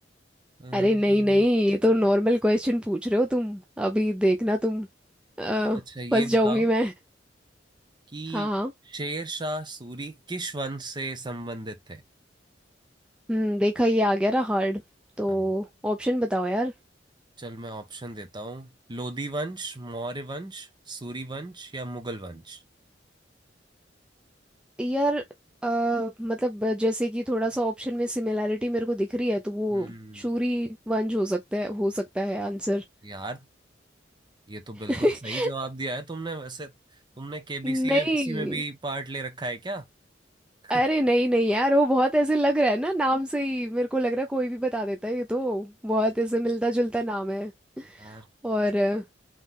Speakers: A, on the right; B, in the centre.
A: अम्म,
B: अरे नहीं नहीं ये तो नॉर्मल क्वेश्चन पूछ रहे हो तुम अभी देखना तुम अ,
A: अच्छा ये
B: फंस जाऊंगी
A: बताओ
B: मैं
A: कि
B: हाँ हाँ
A: शेर शाह सूरी किस वंश से संबंधित थे
B: हम्म देखा ये आ गया ना हार्ड तो
A: हम
B: ऑप्शन बताओ यार
A: चल मैं ऑप्शन देता हूँ लोधी वंश मौर्य वंश सूरी वंश या मुगल वंश
B: यार अ, मतलब जैसे कि थोड़ा सा ऑप्शन में सिमिलैरिटी मेरे को दिख रही है तो वो
A: हम्म
B: शूरी वंश हो सकता है हो सकता है आंसर
A: यार ये तो बिल्कुल
B: <laughs>
A: सही जवाब दिया है तुमने वैसे तुमने केबीसी
B: नहीं
A: वेबीसी में भी पार्ट ले रखा है क्या
B: अरे
A: <laughs>
B: नहीं नहीं यार वो बहुत ऐसे लग रहा है ना नाम से ही मेरे को लग रहा है कोई भी बता देता है ये तो बहुत ऐसे मिलता जुलता नाम है
A: यार
B: और अ,